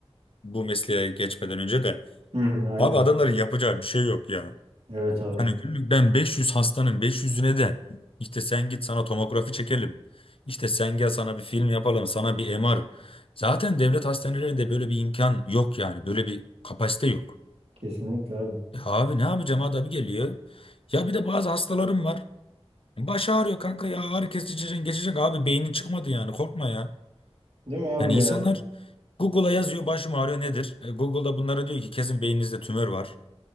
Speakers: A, on the left; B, on the right.
A: bu mesleğe geçmeden önce de.
B: Hı hı. Aynen.
A: Abi adamların yapacağı bir şey yok ya.
B: Evet abi.
A: Yani günlük ben 500 hastanın 500'üne de işte sen git sana tomografi çekelim. İşte sen gel sana bir film yapalım sana bir MR. Zaten devlet hastanelerinde böyle bir imkan yok yani böyle bir kapasite yok.
B: Kesinlikle abi.
A: E abi ne yapacağım adam geliyor. Ya bir de bazı hastalarım var. Baş ağrıyor kanka ya ağrı kesici içeceksin, geçecek abi beynin çıkmadı yani korkma ya.
B: Değil mi abi
A: Yani
B: ya?
A: insanlar Google'a yazıyor başım ağrıyor nedir? E, Google'da bunlara diyor ki kesin beyninizde tümör var.